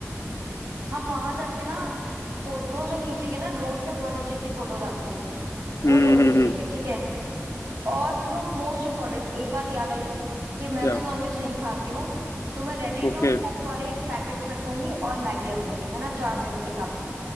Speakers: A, on the right; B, on the left.
A: हम वहां जाके ना फोटोज जो खींचेंगे ना रोड पे बहुत अच्छी अच्छी फोटोज आती हैं वो
B: हम्म
A: जरूर
B: हम्म
A: खींचेंगे
B: हम्म,
A: ठीक है और सुनो मोस्ट इम्पोर्टेंट एक बात याद आई कि मैं
B: क्या
A: तो नॉनवेज नहीं खाती हूँ तो मैं रेडी
B: ओके
A: टू कुक वाले पैकेट्स रखूंगी और मैगी रख लूंगी है ना चार दिन के हिसाब से